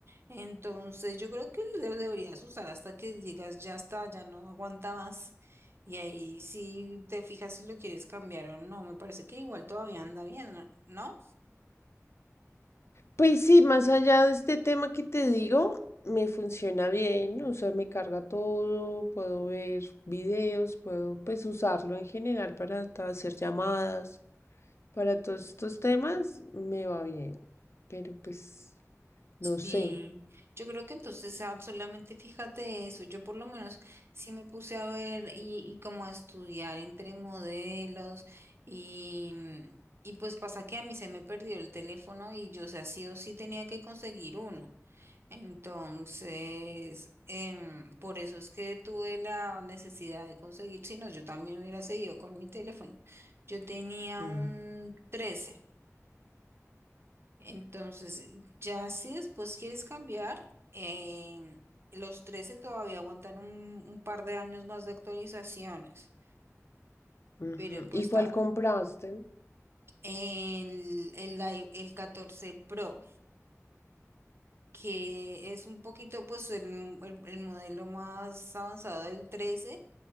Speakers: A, on the right (about 50°); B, on the left (about 55°).
A: Entonces yo creo que lo deberías usar hasta que digas ya está, ya no aguanta más. Y ahí sí te fijas si lo quieres cambiar o no. Me parece que igual todavía anda bien, ¿no?
B: Pues sí, más allá de este tema que te digo, me funciona bien, o sea, me carga todo, puedo ver videos, puedo pues usarlo en general para ta- hacer llamadas, para todos estos temas, me va bien, pero pues
A: Sí,
B: no sé.
A: yo creo que entonces ah, solamente fíjate eso, yo por lo menos sí me puse a ver y, y como a estudiar entre modelos y, y pues pasa que a mí se me perdió el teléfono y yo, o sea, sí o sí tenía que conseguir uno. Entonces, em, por eso es que tuve la necesidad de conseguir, si no, yo también hubiera seguido con mi teléfono. Yo tenía
B: Mm,
A: un 13 entonces, eh, ya si después quieres cambiar, em, los 13 todavía aguantan un, un par de años más de actualizaciones,
B: ujú.
A: pero pues
B: ¿Y
A: está
B: cuál compraste?
A: el, el, i- el 14 Pro, que es un poquito pues el, el- el modelo más avanzado del 13.